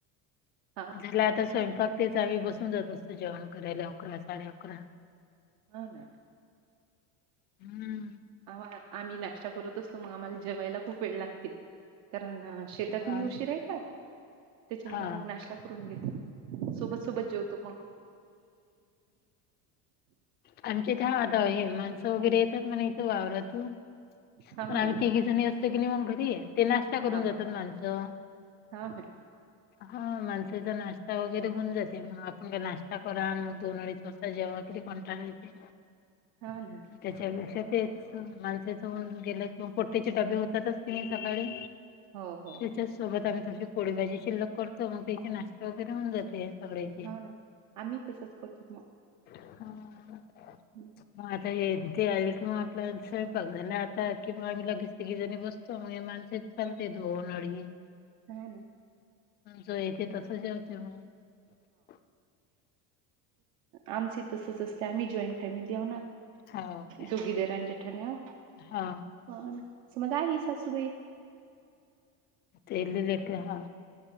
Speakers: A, on the right; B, on the left.
A: हां,
B: झाला आता स्वयं फक तेच आम्ही बसून जात असतो जेवण करायला अकरा साडे अकरा
A: हो ना.
B: हम्म
A: आवा आम्ही नाश्ता करत असतो. म आम्हाला जेवायला खूप वेळ लागते. कारण शेतातून
B: हा
A: ई उशीर येतात. त्याच्यामुळे
B: हा
A: मग नाश्ता करून घेतो सोबत सोबत जेवतो मग.
B: आमच्या इथ हा आता हे माणस वगैरे येतात कणय इथ वावररांतुनं
A: हाव
B: तर आम्ही
A: ना
B: तिघी जणी असतो की नाय मग घरी. ते नाश्ता करून
A: हाव
B: जातात माणसं
A: हाव ना
B: हा माणसाचा नाश्ता चहा वगैरे होऊन जातेमग आपण का नाश्ता. तर आण मं दोन अडीच वाजता जेवा किती कंटाळा येतोय
A: हाव ना
B: त्याच्या पेक्षा तेच माणसाच होऊन गेल की मं पोट्ट्याचे डबे होतातच की सकाळी
A: हो हो
B: त्याच्याचं सोबत आम्ही थोडीशी पोळी भाजी शिल्लक करतो मग त्याची नाश्ता वगैरे होवून जाते. सगळयाची
A: हाव ना आम्ही तसंच करतोत मग
B: हा.
A: हं.
B: मग आता हे ते आली किंवा आपल्याला स्वयंपाक झाला आता कि आम्ही लगेच ती जणी बसतो माणसे येतात दोन अडीच
A: हा ना
B: जो येते तसं जेवते मग
A: आमचं तसंच असतं त्या जॉईंट फॅमिली आव ना
B: हो काय
A: दुघे दीर आणि जेठाणी हा
B: हा
A: असं मग आहे सासूबाई
B: तेघे लेक हा